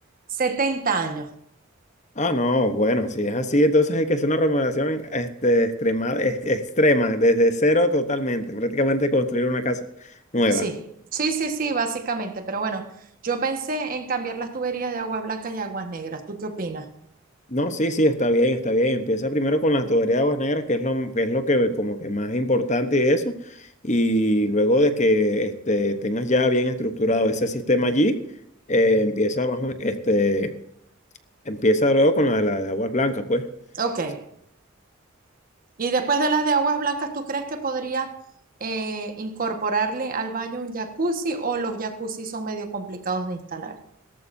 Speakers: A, on the right; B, on the left.
A: setenta años.
B: Ah, no, bueno, si es así, entonces hay que hacer una remodelación este, extrema, ex- extrema, desde cero totalmente, prácticamente construir una casa nueva.
A: Sí, sí, sí, sí, básicamente. Pero bueno, yo pensé en cambiar las tuberías de aguas blancas y aguas negras. ¿Tú qué opinas?
B: No, sí, sí, está bien, está bien. Empieza primero con la tuberías de aguas negras, que es lo, que es lo que como que más importante de eso. Y luego de que este, tengas ya bien estructurado ese sistema allí, eh, empieza, más o men- este, empieza luego con la, la de aguas blancas, pues.
A: Ok.
B: Sí.
A: Y después de las de aguas blancas, ¿tú crees que podría eh, incorporarle al baño un jacuzzi o los jacuzzi son medio complicados de instalar?